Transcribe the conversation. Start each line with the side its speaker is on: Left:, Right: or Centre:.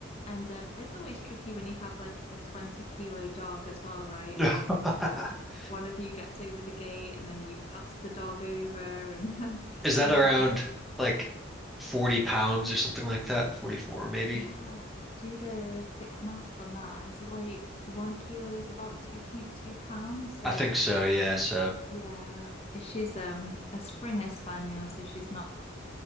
Left: And um, it's always tricky when you have like a 20 kilo dog as well, right?
Centre: <laughs>
Left: Like you sort of one of you gets over the gate and then you pass the dog over and <laughs> then
Centre: Is that
Left: the
Centre: around
Left: other person.
Centre: like 40 pounds or something like that? 44 maybe?
Left: Yeah, do the quick maths on that. Is it like one kilo is about 2.2 pounds? So
Centre: I think so, yeah, so.
Left: Yeah, she's um a Springer Spaniel, so she's not